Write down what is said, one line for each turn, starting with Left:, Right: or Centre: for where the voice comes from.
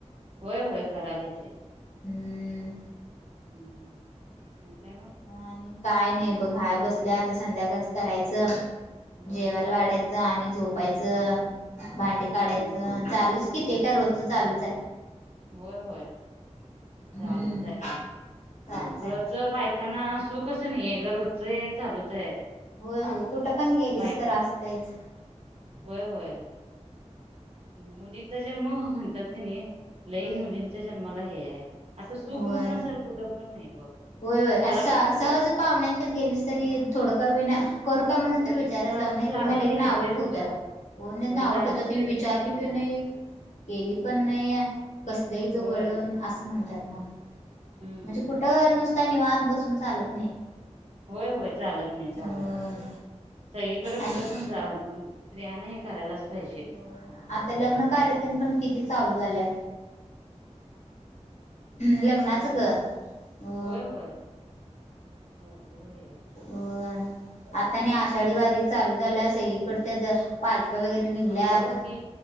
Right: होय होय करायले ते
Left: हम्म
Right: हम् आणि काय म
Left: आणि काय नाही बघ हाय बसल्या आता संध्याकाळच करायचं
Right: होय
Left: जेवायला
Right: होय
Left: वाढायच. आणि झोपायचं भांडे काढायचं
Right: हम्म
Left: चालूच किती का रोजच चालूच आहे.
Right: होय होय
Left: हम्म
Right: चालूच आहे
Left: चालूच आहे
Right: रच बायक. कना सुखसं नाही घ होजचंय चालूच आहे.
Left: होय हो कुठं पण गेलीस
Right: बाईक
Left: तर असतेच.
Right: होय होय. मुलीचा जन्म म्हणतात की नाही
Left: होय
Right: लई मुलींचा
Left: होय
Right: जन्माला हे आहे. असं सुख
Left: होय
Right: म्हणून असेल कुठं पण नाही बघ
Left: होय होय
Right: जरा
Left: आज
Right: काय ना
Left: सहज
Right: बघ.
Left: पाहुण्यांच्यात गेलीस तरी थोडं का विना. करू का म्हणून
Right: होय
Left: तर विचाराच
Right: माणूस
Left: लावून नाही
Right: लाजून
Left: तर मला लगेन
Right: करतेच
Left: आवड ठेवतात.
Right: ग
Left: हो नाही
Right: होय
Left: नावटत
Right: लाजून
Left: ती
Right: करतेच
Left: विचारली
Right: माणूस
Left: पी नाही. केली पण नाही कसलंही जवळण
Right: होय
Left: असं म्हणतात ना.
Right: हम्म
Left: म्हणजे
Right: हम्म
Left: कुठं नुसता नि वात बसून चालत नाही.
Right: होय होय चालत नाही चालत
Left: होय
Right: नाही सईकडे कुठे
Left: आणि
Right: पण जा. स्तियां हे करायलाच. पाहिजे
Left: हो आता लग्न
Right: असं
Left: कार्यातून
Right: आहे
Left: पण किती चालू झा ल. नाच
Right: होय
Left: ग
Right: होय
Left: हो.
Right: होय होय भरपूर आहे.
Left: हो आता नाही आषाढी वारी चालू झालं असे इकडच्या पालक्या वगैरे निघल्यात
Right: आता बघ की